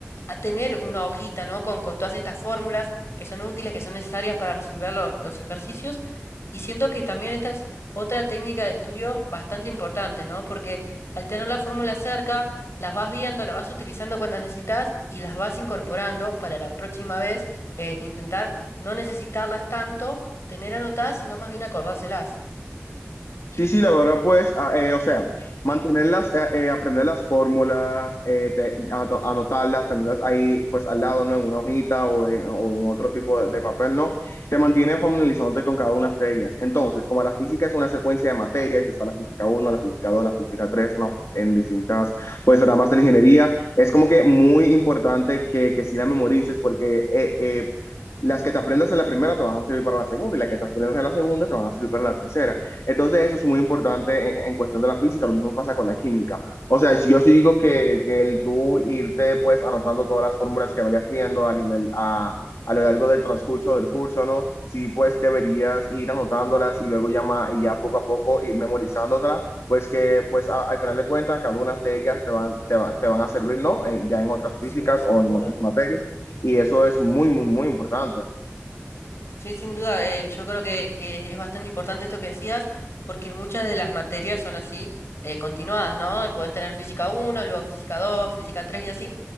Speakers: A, on the left; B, on the left.
A: a tener una hojita, ¿no? Con, con todas estas fórmulas que son útiles, que son necesarias para resolver lo- los ejercicios. Y siento que también esta es otra técnica de estudio bastante importante, ¿no? Porque al tener las fórmulas cerca, las vas viendo, las vas utilizando cuando las necesitas y las vas incorporando para la próxima vez, eh, intentar no necesitarlas tanto, tener anotadas, sino más bien acordárselas.
B: Sí, sí, la verdad, pues, ah, eh, o sea, mantenerlas, eh, eh, aprender las fórmulas, eh, te- ano- anotarlas, tenerlas ahí, pues, al lado, ¿no? En una hojita o en, o en otro tipo de, de papel, ¿no? Te mantiene familiarizándote con cada una de ellas. Entonces, como la física es una secuencia de materias, está la física uno, la física 2, la física 3, ¿no? En distintas, pues, ramas de la ingeniería, es como que muy importante que, que sí la memorices porque eh, eh, las que te aprendas en la primera te van a servir para la segunda y las que te aprendas en la segunda te van a servir para la tercera. Entonces eso es muy importante en, en cuestión de la física, lo mismo pasa con la química. O sea, si yo sí digo que, que el tú irte pues anotando todas las fórmulas que vayas viendo a nivel a, a lo largo del transcurso del curso, ¿no? Sí, pues deberías ir anotándolas y luego ya, ma- y ya poco a poco ir memorizándolas, pues que pues a- al final de cuentas cada una de ellas te van, te van, te van a servir, ¿no? Eh, ya en otras físicas
A: Sí, sin
B: o
A: duda.
B: en otras materias. Y eso es muy, muy, muy importante.
A: Sí, sin duda, eh, yo creo que, que es bastante importante esto que decías, porque muchas de las materias son así, eh, continuadas, ¿no? Podés tener física uno, luego física 2, física 3 y así.